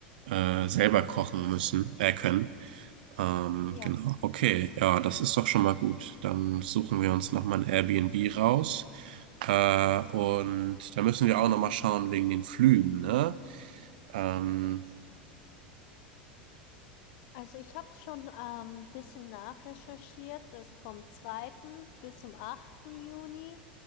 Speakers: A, on the right; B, on the left.
A: äh, selber kochen müssen, äh, können. Ähm,
B: Ja.
A: genau. Okay, ja, das ist doch schon mal gut. Dann suchen wir uns nochmal ein Airbnb raus. Äh, und da müssen wir auch nochmal schauen wegen den Flügen, ne? Ähm,
B: Also ich habe schon ähm, ein ähm, bisschen nachrecherchiert. Also vom zweiten bis zum achten Juni